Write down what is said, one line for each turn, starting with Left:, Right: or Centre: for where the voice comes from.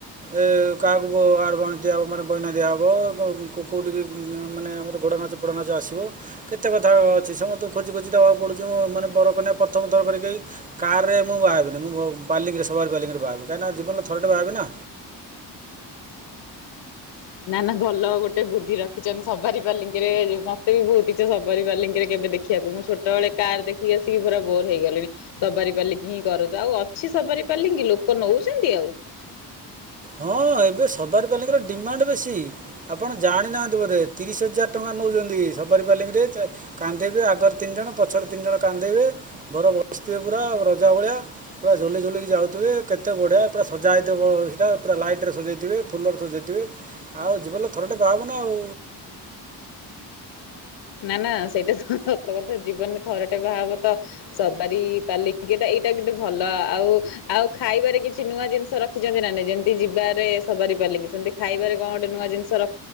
Right: ଏ କାହାକୁ ଆଡଭାନ୍ସ ଦିଆହବ ମାନେ ବଇନା ଦିଆହେବ କୋଉଠିକି ମାନେ ଆମର ଘୋଡ ନାଚ ପୋଡା ନାଚ ଆସିବ କେତେ କଥା ଅଛି ସମସ୍ତଙ୍କୁ ଖୋଜି ଖୋଜି ଦେବାକୁ ପଡୁଛି ମୁଁ ମାନେ ବରକନ୍ୟା ପ୍ରଥମ ଥର କରିକି କାରରେ ମୁଁ ବାହାବିନି ମୁଁ ବାଲିଙ୍ଗରେ ସବାର ବାଲିଙ୍ଗରେ ବାହାହବି। କାହିଁକି ନା ଜୀବନରେ ଥରଟେ ବାହା ହେବି ନା।
Left: ନା ନା ଭଲ ଗୋଟେ ବୁଦ୍ଧି ରଖିଛନ୍ତି ସବାରି ପାଲିଙ୍କିରେ ମତେ ବି ବହୁତ ଇଛା ସବାରି ପାଲିଙ୍ଗିରେ କେବେ ଦେଖିବାକୁ ମୁଁ ଛୋଟବେଳେ କାର ଦେଖିକି ଆସିକି ପୁରା ବୋର୍ ହେଇଗଲିଣି। ସବାରି ପାଲିଙ୍ଗି ହିଁ କରନ୍ତୁ ଆଉ ଅଛି ସବାରି ପାଲିଙ୍ଗି ଲୋକ ନଉଛନ୍ତି ଆଉ।
Right: ହଁ ଏବେ ସବାରିପାଲିଙ୍କିର ଡିମାଣ୍ଡ ବେଶୀ। ଆପଣ ଜାଣିନାହାନ୍ତି ବୋଧେ ତିରିଶ ହଜାର ଟଙ୍କା ନଉଛନ୍ତି ସବାରୀ ବାଲିଙ୍ଗ ରେ କାନ୍ଧେଇବେ ଆଗରେ ତିନି ଜଣ ପଛରେ ତିନି ଜଣ କାନ୍ଦେଇବେ ବର ବସିଥିବେ ପୁରା ରଜା ଭଳିଆ ପୁରା ଝୁଲି ଝୁଲିକି ଯାଉଥିବେ। କେତେ ବଢିଆ ପୁରା ସଜା ହେଇଥିବ। ଟ ପୁରା ଲାଇଟ୍ ରେ ସଜେଇଥିବେ। ଫୁଲରେ ସଜେଇଥିବେ ଆଉ ଜୀବନ ଥରଟେ ବାହାବ ନା ଆଉ।
Left: ନା ନା ସେଇଟା ହଁ ସତ କଥା ଜୀବନରେ ଥରଟେ ବାହାହବ ତ ସବାରି ପାଲିଙ୍କି ଏଇଟା କିନ୍ତୂ ଭଲ ଆଉ ଆଉ ଖାଇବାରେ କିଛି ନୂଆ ଜିନିଷ ରଖିଛନ୍ତି ନା ନାଇ ଯେମିତି ଯିବାରେ ସବାରି ପାଲିଙ୍କୀ ସେମିତି ଖାଇବାରେ କଣ ଗୋଟେ ନୂଆ ଜିନିଷ ର